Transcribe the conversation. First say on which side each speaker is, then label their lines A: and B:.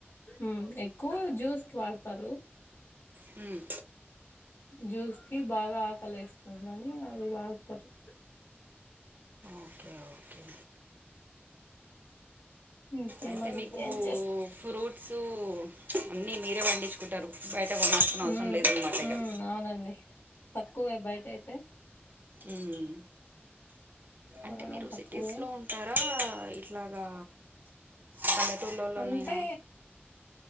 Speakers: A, on the left; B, on the right.
A: మ్ ఎక్కువ జ్యూస్కి వాడుతారు
B: మ్
A: జ్యూస్ కి బాగా ఆకలేస్తుందని అవి వాడుతారు
B: ఓకే ఓకే
A: ఇంకేమండి
B: అయితే మీకు
A: ఏం చేస్త
B: ఫ్రూట్స్ అన్నీ మీరే పండించుకుంటారు బయట కొనాల్సిన అవసరం
A: మ్
B: లేదన్నమాట
A: మ్
B: ఇక
A: అవునండి తక్కువే బయటైతే
B: మ్
A: కొనడం
B: అంటే మీరు
A: తక్కువే
B: సిటీస్ లో ఉంటారా ఇట్లాగా పల్లెటూర్లోళ్ళోళ్ళేనా
A: అంటే